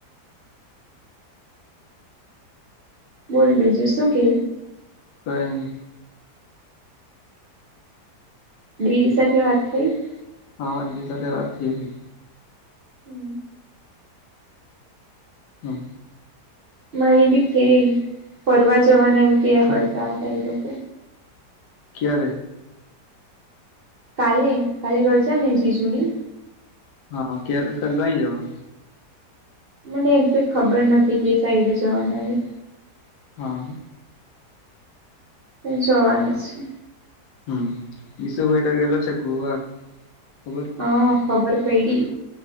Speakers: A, on the right; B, on the left.
A: બોલ બીજું શું કે?
B: કઈ?
A: દીદી સાથે વાત કરવી છે.
B: હા દીદી સાથે વાત કરી.
A: હમ્મ.
B: હમ્મ.
A: મારી બી થઈ ફરવા જવાના એવુ કેય હ
B: હમ
A: ફરવા જવું હ તો
B: ક્યારે?
A: કાલે કાલે રજા ને જીજુની
B: હા ક્યારે કઈ જવાનું?
A: મને એક્ઝેકટ ખબર નથી કે એ સાઈડે જવાનું હે.?
B: હા!
A: ત ચોવા છે?
B: હમ બી સુભાઈટ ગેલો છે ગોવા ખબર
A: હ ખબર પડી.